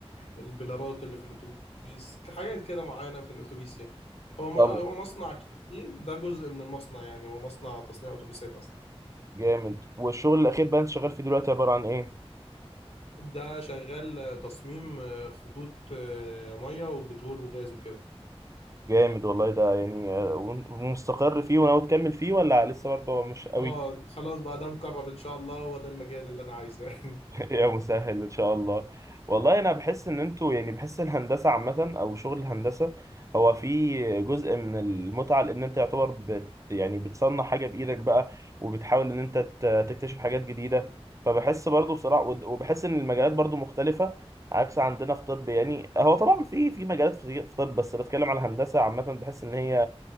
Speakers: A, on the left; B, on the right.
A: البلارات اللي في الأتوبيس حاجات كده معينة في الأتوبيس يعني هو م...
B: طب
A: هو مصنع كبير ده جزء من المصنع يعني هو مصنع تصنيع أتوبيسات أصلا
B: جامد والشغل الاخير بقى انت شغال فيه دلوقتي عبارة عن ايه
A: ده شغال تصميم خطوط آه، مية وبترول وغاز وكده
B: جامد والله ده يعني آه، ومستقر فيه وناوي تكمل فيه ولا لسه برضه مش قوي
A: اه خلاص بقى ده مقرر ان شاء الله هو ده المجال اللي انا عايزه يعني
B: <laughs> يا مسهل ان شاء الله والله انا بحس ان انتوا يعني بحس الهندسه عامه او شغل الهندسه هو في جزء من المتعه لان انت يعتبر بت يعني بتصنع حاجه بايدك بقى وبتحاول ان انت ت- تكتشف حاجات جديده فبحس برضو بصراحه ود- وبحس ان المجالات برضو مختلفه عكس عندنا في طب يعني هو طبعا في في مجالات في في طب بس بتكلم على الهندسه عامه بحس ان هي